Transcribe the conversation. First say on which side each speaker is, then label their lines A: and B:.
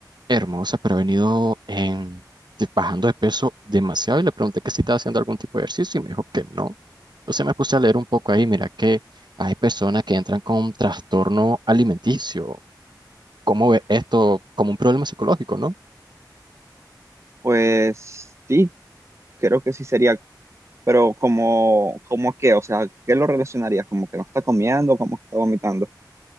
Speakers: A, on the right; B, on the right.
A: hermosa, pero ha venido en, de- bajando de peso demasiado y le pregunté que si estaba haciendo algún tipo de ejercicio y me dijo que no. Entonces me puse a leer un poco ahí, mira que hay personas que entran con trastorno alimenticio. ¿Cómo ve esto como un problema psicológico, no?
B: Pues sí, creo que sí sería, pero como, como qué, o sea, ¿qué lo relacionarías? ¿Como que no está comiendo, como que está vomitando?